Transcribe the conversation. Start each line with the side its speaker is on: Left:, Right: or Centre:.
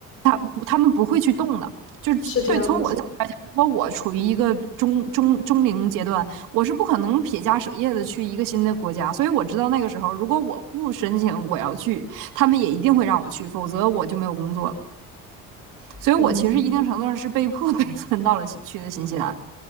Right: 不，他们不会去动的。就是对，
Left: 是这样的，
Right: 从我的角度来讲，如果我处于一个中中中龄阶段，我是不可能撇家舍业的去一个新的国家。所以我知道那个时候，如果我不申请我要去，他们也一定会让我去，否则我就没有工作了。所以我其实一定程度上是被迫
Left: 嗯，
Right: <laughs> 被分到了去的新西兰。